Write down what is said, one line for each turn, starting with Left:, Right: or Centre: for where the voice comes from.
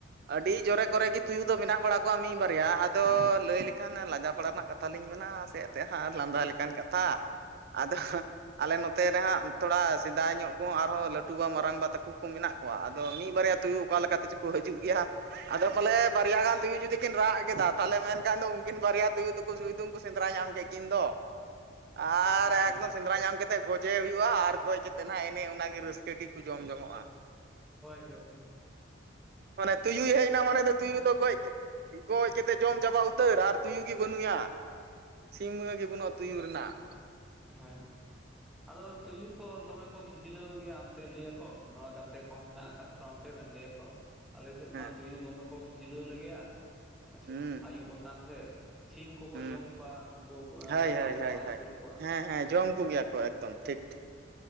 Right: ᱟᱹᱰᱤ ᱡᱚᱨᱮ ᱠᱚᱨᱮ ᱜᱤ ᱛᱩᱭᱩ ᱫᱚ ᱢᱮᱱᱟᱜ ᱵᱟᱲᱟ ᱠᱚᱣᱟ ᱢᱤᱜ ᱵᱟᱨᱭᱟ ᱟᱫᱚ ᱞᱟᱹᱭ ᱞᱮᱠᱷᱟᱱ ᱞᱟᱡᱟ ᱯᱟᱲᱟ ᱨᱮᱱᱟᱜ ᱠᱟ ᱛᱷᱟ ᱞᱤᱧ ᱢᱮᱱᱟ ᱥᱮ ᱮᱛᱮᱜ ᱦᱟᱸ ᱞᱟᱸᱫᱟ ᱞᱮᱠᱟᱱ ᱠᱟᱛᱷᱟ ᱟᱫᱚ ᱟᱞᱮ ᱱᱚᱛᱮ ᱨᱮ ᱦᱟᱸᱜ ᱛᱷᱚᱲᱟ ᱥᱮᱫᱟᱭ ᱧᱚᱜ ᱠᱚᱦᱚᱸ ᱟᱨᱦᱚᱸ ᱞᱟᱹᱴᱩ ᱵᱟ ᱢᱟᱨᱟᱝᱵᱟ ᱛᱟᱠᱩ ᱠᱩ ᱢᱮᱱᱟᱜ ᱠᱣᱟ ᱟᱫᱚ ᱢᱤᱜ ᱵᱟᱨᱭᱟ ᱛᱩᱭᱩ ᱚᱠᱟ ᱞᱮᱠᱟ ᱛᱮᱪᱚ ᱠᱚ ᱦᱤᱡᱩᱜ ᱜᱮᱭᱟ᱾ ᱟᱫᱚ ᱯᱟᱞᱮ ᱵᱟᱨᱭᱟ ᱜᱟᱱ ᱛᱩᱭᱩ ᱡᱩᱫᱤ ᱠᱤᱱ ᱨᱟᱜ ᱠᱮᱫᱟ ᱛᱟᱦᱞᱮ ᱢᱮᱱᱠᱷᱟᱱ ᱫᱚ ᱩᱱᱠᱤᱱ ᱵᱟᱨᱭᱟ ᱛᱩᱭᱩ ᱫᱚ ᱥᱩᱭᱫᱩᱢ ᱠᱚ ᱥᱮᱸᱫᱽᱨᱟ ᱧᱟᱢ ᱠᱮᱫ ᱠᱤᱱ ᱫᱚ ᱟᱨ
Centre: ᱚ ᱟᱪᱪᱷᱟ
Right: ᱮᱠᱫᱚᱢ
Centre: ᱟᱪᱪᱷᱟ
Right: ᱥᱮᱸᱫᱽᱨᱟ ᱧᱟᱢ ᱠᱟᱛ ᱛᱮ ᱜᱚᱡᱮ ᱦᱩᱭᱩᱜᱼᱟ, ᱟᱨ ᱜᱚᱡ ᱠᱟᱛᱮ ᱱᱦᱟᱜ ᱮᱱᱮ‌ ᱚᱱᱟᱜᱮ ᱨᱟᱹᱥᱠᱟᱹ ᱜᱮᱠᱚ ᱡᱚᱢ ᱡᱚᱝᱚᱜᱼᱟ᱾
Centre: ᱦᱳᱭ ᱦᱳᱭ ᱦᱳᱭ
Right: ᱢᱟᱱᱮ ᱛᱩᱭᱩᱭ ᱦᱮᱡᱱᱟ ᱢᱟᱱᱮ ᱫᱚ
Centre: ᱦᱮᱸ
Right: ᱛᱩᱭᱩ ᱫᱚ ᱜᱚᱡ ᱠᱮᱫ ᱜᱚᱡ ᱠᱮᱛᱮᱫ ᱡᱚᱢ ᱪᱟᱵᱟ ᱩᱛᱟᱹᱨ ᱟᱨ ᱛᱩᱭᱩ ᱜᱮ ᱵᱟᱹᱱᱩᱭᱟ ᱥᱤᱢ ᱜᱮ ᱵᱟᱹᱱᱩᱜ ᱛᱩᱭᱩ ᱨᱮᱱᱟᱜ᱾
Centre: ᱦᱮᱸ ᱟᱫᱚ ᱛᱩᱭᱩ ᱠᱚ ᱫᱚᱢᱮ ᱠᱚ ᱠᱷᱤᱡᱞᱟᱹᱣ ᱜᱮᱭᱟ ᱚᱱᱛᱮ ᱞᱟᱹᱭᱟᱠᱚ ᱱᱚᱣᱟ ᱜᱟᱛᱮ ᱠᱚᱦᱚᱸ ᱢᱮᱱᱟᱜ ᱠᱟᱜ ᱠᱚᱣᱟ ᱚᱱᱛᱮ ᱨᱮᱱ ᱞᱟᱹᱭᱟᱠᱚ ᱟᱞᱮ ᱥᱮᱫ
Right: ᱦᱮᱸ
Centre: ᱢᱟ ᱛᱩᱭᱩ ᱫᱚᱢᱮ ᱠᱚ ᱠᱷᱤᱡᱞᱟᱹᱣ ᱞᱮᱜᱮᱭᱟ᱾ ᱟᱪᱮ
Right: ᱦᱩᱸ
Centre: ᱟᱹᱭᱩᱵ ᱟᱠᱟᱱ ᱥᱮ ᱥᱤᱢ ᱠᱚᱠᱚ
Right: ᱦᱩᱸ
Centre: ᱡᱚᱢ ᱠᱚᱣᱟ, ᱱᱩᱠᱩ
Right: ᱦᱳᱭ
Centre: ᱢᱮᱨᱚᱢ
Right: ᱦᱳᱭ
Centre: ᱠᱚᱠᱚ
Right: ᱦᱳᱭ
Centre: ᱟᱹᱛᱠᱤᱨ
Right: ᱦᱳᱭ
Centre: ᱠᱚᱣᱟ
Right: ᱦᱮᱸ
Centre: ᱦᱳᱭ
Right: ᱦᱮᱸ ᱡᱚᱢ ᱠᱚᱜᱮᱭᱟ ᱠᱚ ᱮᱠᱫᱚᱢ ᱴᱷᱤᱠ ᱴᱷᱤᱠ